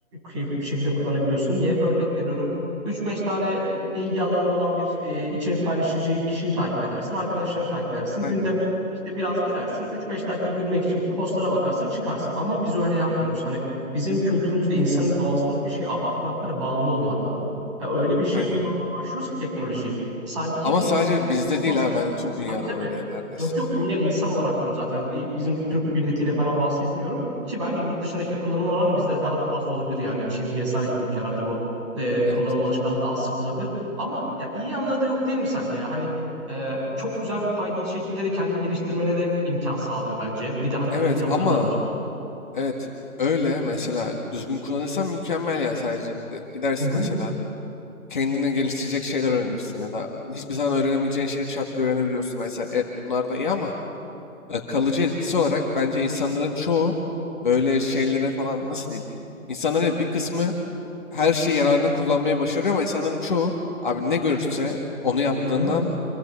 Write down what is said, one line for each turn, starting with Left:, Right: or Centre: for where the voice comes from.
Right: keyifli bir şekilde kullanabiliyorsun. Niye? Örnek veriyorum. 3-5 tane e, ilgi alanın olan bir e, içerik paylaşıcı kişiyi takip edersin. Arkadaşlarını takip edersin.
Left: Aynen,
Right: Günde işte biraz girersin. 3-5 dakika gülmek için postlara bakarsın çıkarsın. Ama biz öyle yapmıyoruz. Hani bizim kültürümüzde insanın doğasında da bir şey abartmak var ya, bağımlı olmak var. Ya öyle bir şey
Left: aynen.
Right: kullanmaya başlıyoruz ki teknolojiyi. Sanki
Left: Ama
Right: o
Left: sadece bizde
Right: olmaz.
Left: değil ha bence tüm dünyada
Right: Tabii tabii.
Left: böyle yani neredeyse.
Right: Yok yok dünya insan olarak diyorum zaten. Bi- Bizim Türk
Left: Aynen.
Right: milletiyle falan bahsetmiyorum. Ki bence yurt dışındaki kullanım oranı bizden daha da fazla olabilir yani. Çin vesaire gibi ülkelerde bu e, kullanım
Left: Evet.
Right: alışkanlığı daha sık olabilir. Ama ya iyi yanları da yok değil mi sence ya? Hani e, çok güzel faydalı şekilde de kendini geliştirmene de imkan sağlıyor bence. Bir de hani olumlu
Left: Evet
Right: yanları
Left: ama
Right: da var.
Left: evet öyle mesela düzgün kullanırsan mükemmel yani sadece de- gidersin
Right: Hı hı,
Left: mesela kendini geliştirecek şeyler öğrenirsin ya da hiçbir zaman öğrenemeyeceğin şeyleri çat diye öğrenebiliyorsun. Mesela evet bunlar da iyi ama e, kalıcı etkisi olarak bence insanların çoğu böyle şeylere falan nasıl diyeyim? İnsanların evet, bir kısmı her şeyi yararına kullanmayı başarıyor ama insanların çoğu abi ne görürse onu yaptığından
Right: hı hı.